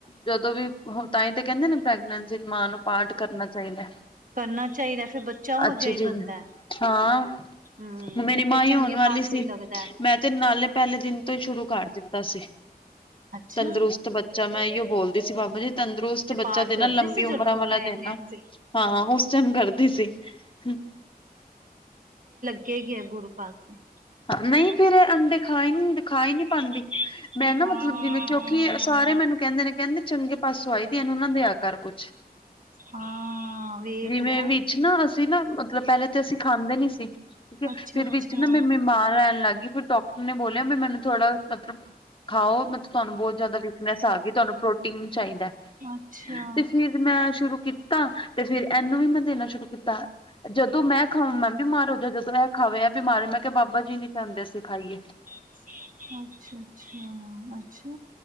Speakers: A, on the left (about 30°); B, on the right (about 55°).
A: ਜਦੋਂ ਵੀ ਤਾਂਹੀ ਤਾਂ ਕਹਿੰਦੇ ਨੇ ਪ੍ਰੈਗਨੈਂਸੀ ਚ ਮਾਂ ਨੂੰ ਪਾਠ ਕਰਨਾ ਚਾਹੀਦਾ।
B: ਕਰਨਾ ਚਾਹੀਦਾ ਫੇਰ ਬੱਚਾ ਹੋ
A: ਅੱਛੀ
B: ਜਿਹਾ ਹੀ
A: ਚੀਜ਼,
B: ਬਣਦਾ
A: ਹਾਂ।
B: ਹਮ
A: ਮੇਰੀ
B: ਫਿਰ
A: ਮਾਂ ਹੀ
B: ਚੰਗੇ
A: ਆਣ ਵਾਲੀ
B: ਪਾਸੇ
A: ਸੀ
B: ਲੱਗਦਾ
A: ਮੈਂ ਤੇ ਨਾਲੇ ਪਹਿਲੇ ਦਿਨ ਤੋਂ ਹੀ ਸ਼ੁਰੂ ਕਰ ਦਿੱਤਾ ਸੀ
B: ਅੱਛਾ
A: ਤੰਦਰੁਸਤ ਬੱਚਾ ਮੈਂ ਉਹ ਬੋਲਦੀ ਸੀ ਬਾਬਾ ਜੀ। ਤੰਦਰੁਸਤ
B: ਤੇ
A: ਬੱਚਾ
B: ਪਾਠ
A: ਦਿਨਾ
B: ਕਰਦੀ
A: ਲੰਬੀ
B: ਸੀ
A: ਉਮਰਾਂ
B: ਜਦੋਂ ਤੂੰ
A: ਵਾਲਾ
B: ਪ੍ਰੈਗਨੈਂਟ
A: ਦਿਨ ਨਾ
B: ਸੀ
A: ਹਾਂ ਉਸ ਐਚ ਐਮ ਕਰਦੀ ਸੀ ਹੂ
B: ਕੇ ਗਿਆ ਗੁਰੂ ਪਾਤ ਸਿੰਘ
A: ਨਹੀਂ ਫਿਰ ਅੰਡੇ ਖਾ ਹੀ ਨੀ ਖਾ ਹੀ ਨਹੀਂ ਪਾਉਂਦੀ ਮੈਂ ਨਾ
B: ਹਾਂ
A: ਮਤਲਬ ਜਿਵੇਂ ਕਿਉਂਕਿ ਸਾਰੇ ਮੈਨੂੰ ਕਹਿੰਦੇ ਨੇ ਕਹਿੰਦੇ ਚੰਗੇ ਪਾਸੋਂ ਆਈ ਦੀ ਇਹ ਨੂੰ ਨਾ ਦਿਆ ਕੁਛ
B: ਹਾਂ ਵੇਖ
A: ਜਿਵੇਂ
B: ਲੈ
A: ਨਾ ਵਿੱਚ ਪਹਿਲੇ ਤੇ ਅਸੀਂ ਖਾਂਦੇ ਨੀ ਸੀ ਠੀਕ ਹੈ
B: ਅੱਛਾ
A: ਫਿਰ
B: ਅੱਛਾ
A: ਵਿੱਚ ਨਾ ਮੇ ਥਾਂ ਲਹਿਣ ਲੱਗ ਗਈ ਫਿਰ ਡਾਕਟਰ ਨੇ ਬੋਲਿਆ ਵੀ ਮੈਨੂੰ ਥੋੜਾ ਮਤਲਬ ਖਾਓ ਮਤਲਬ ਤੁਹਾਨੂੰ ਬਹੁਤ ਜ਼ਿਆਦਾ ਵੀਕਨੈਸ ਆ ਗਈ ਤੁਹਾਨੂੰ ਪ੍ਰੋਟੀਨ ਚਾਹੀਦਾ ਹੈ
B: ਅੱਛਾ
A: ਤੇ ਫਿਰ ਮੈਂ ਸ਼ੁਰੂ ਕੀਤਾ ਤੇ ਫਿਰ ਇਹਨੂੰ ਵੀ ਮੈਂ ਦੇਣਾ ਸ਼ੁਰੂ ਕੀਤਾ ਜਦੋਂ ਮੈਂ ਖਾ ਮੈਂ ਬਿਮਾਰ ਹੋ ਜਾ ਜਦੋਂ ਇਹ ਖਾਵੇ ਆ ਬਿਮਾਰ ਹੋ ਮੈਂ ਕਿਹਾ ਬਾਬਾ ਜੀ ਨੀ ਚਾਹੁੰਦੇ ਅਸੀਂ ਖਾਈਏ
B: ਅੱਛਾ, ਅੱਛਾ, ਅੱਛਾ!